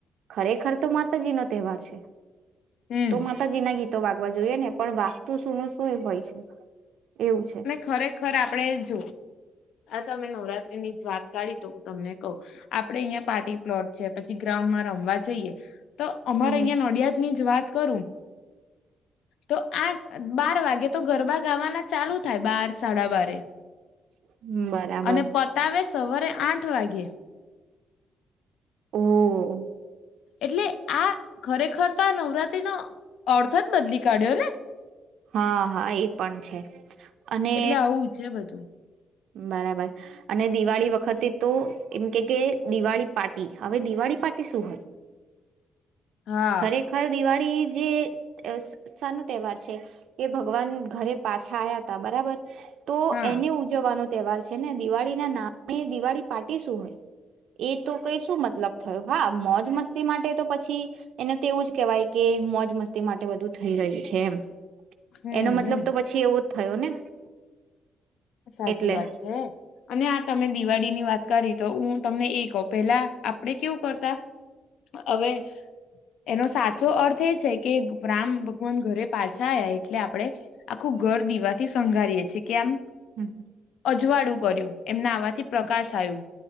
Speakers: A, on the right (about 65°); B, on the left (about 75°).
A: ખરેખર તો માતાજી નો તહેવાર છે
B: હમ
A: તો માતાજી ના ગીત તો વાગવા જોઈએ ને પણ વાગતું શું ન શું એ હોય છે એવું છે.
B: ખરેખર આપડે જો તમે નવરાત્રી ની જ વાત કાઢી તો તમને કઉ આપડેહિયાં પાર્ટી પ્લોટ છે પછી ગ્રાઉન્ડ માં રમવા જએ તો અમારે
A: હમ
B: અહિયાં નડિયાદ ની જ વાત કરું તો આઠ બાર વાગે તો ગરબા ગાવાના ચાલુ થાય બાર સાડા બારે
A: હમ. બરાબર
B: અને પતાવે સવારે આઠ આઠ વાગે
A: ઓહહ
B: એટલે આ ખરેખર તો આ નવરાત્રી નો અર્થ જ બદલી કાઢ્યો ને
A: હા હા એ પણ છે અને
B: એટલે આવું છે બધું
A: બરાબર અને દિવાળી વખતે તો એમ કે કે દિવાળી પાર્ટી હવે દિવાળી પાર્ટી શું હોય
B: હા
A: ખરેખર દિવાળી જે સા નો તહેવાર છે કે ભગવાન ઘરે પાછા આવયા ત બરાબર. તો
B: હા
A: એની આનો તહેવાર છે ને દિવાળી ના નામ બે દિવાળી પાર્ટી શું હોય એતો કે શું મતલબ થયો મોજ મસ્તી માટે તો પછી એને તેવું જ કહેવાય કે મોજ મસ્તી માટે વધુ થઈ રહી છે એમ.
B: હમ
A: એનો મતલબ
B: હમ
A: તો પછી એવો જ થયો ને
B: સાચી
A: એટલે
B: વાત છે અને આ તમે દિવાળી ની વાત કરી તો હું તમને એ કહુ પેલા આપડે કેવું કરતા હવે એનો સાચો અર્થ એ છે કે રામ ભગવાન ઘરે પાછા આવયા એટલે આપડે આખું ઘર દીવાથી શંગારીએ છીએ કે આમ
A: હમ્મ.
B: અજવાળું કર્યું. એમના આવાથી પ્રકાશ આવું